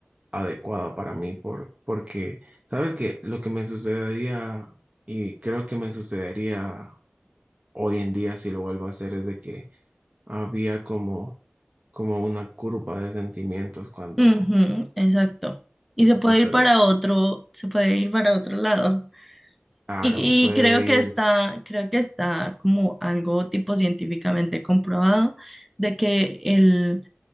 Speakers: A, on the right; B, in the centre.
A: adecuada para mí por, porque, ¿sabes qué? Lo que me sucedería y creo que me sucedería hoy en día si lo vuelvo a hacer es de que había como, como una curva de sentimientos cuando
B: Ujú, exacto. Y se
A: esto,
B: puede
A: pero
B: ir para otro, se puede ir para otro lado.
A: claro,
B: Y,
A: puede
B: y creo que está,
A: ir
B: creo que está como algo tipo científicamente comprobado de que el,